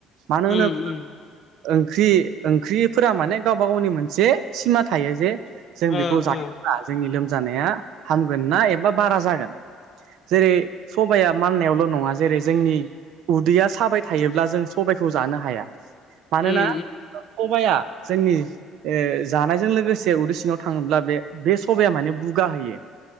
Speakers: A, on the right; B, on the left.
A: मानो होनोब्ला
B: उम उम
A: ओंख्रि ओंख्रिफोरा माने गावबा गावनि मोनसे सिमा थायो जे जों
B: ओ
A: बेखौ जायोब्ला
B: ओ
A: जोंनि लोमजानाया हामगोन ना एबा बारा जागोन। जेरै सबाया माननायावल' नङा जेरै जोंनि उदैया साबाय थायोब्ला जों सबायखौ जानो हाया। मानोना
B: उम
A: सबाइआ जोंनि ओ जानायजों लोगो लोगोसे उरदै सिङाव थाङोब्ला बे बे सबाया माने बुगा हैयो।